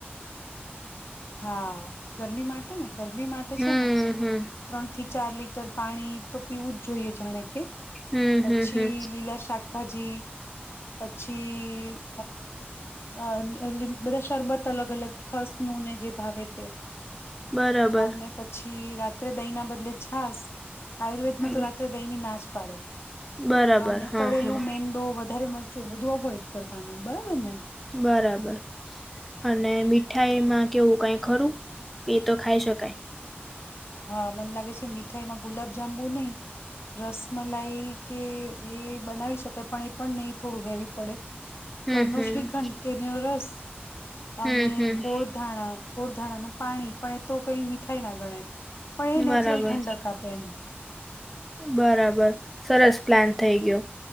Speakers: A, on the left (about 80°); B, in the centre.
A: હા ગરમી માટે ને. ગરમી માટે
B: હમ
A: છે ને
B: હમ
A: ત્રણથી. થી ચાર લીટર પાણી તો પીવું જ જોઈએ જાણે કે.
B: હમ
A: પછી
B: હમ હમ
A: લીલા શાકભાજી પછી. અ એ. બધા શરબત અલગ અલગ ખસ નું ને. તે
B: બરાબર
A: અને પછી રાત્રે દહીં ના બદલે છાસ આયુર્વેદમાં
B: હમ
A: તો રાત્રે દહીની નાચ પાડે
B: બરાબર
A: અને
B: હા
A: તળેલું
B: હા
A: મેંદો વધારે મરચું બધું અવોઈડ. કરવાનું બરાબર ને.
B: બરાબર અને મીઠાઈમાં કેવું કઈ ખરું કે એ તો ખાઈ શકાય.
A: અ મને લાગે છે મીઠાઈમાં ગુલાબ જાંબુ નહીિ રસમલાઈ કે એ બનાવી શકાય પણ એ પણ નહીિ થોડું હેવી પડે.
B: હમ
A: ઘરનો
B: હમ
A: શ્રીખંડ કેરીનો રસ
B: હમ
A: અને
B: હમ
A: ગોળધાણા ગોળધાણાનું. પાણી પણ એ તો કઈ મીઠાઈ ના ગણે. <inaudible>
B: બરાબર
A: નેચરલ ઠંડક આપે એમ
B: બરાબર સરસ. પ્લાન થઈ ગયો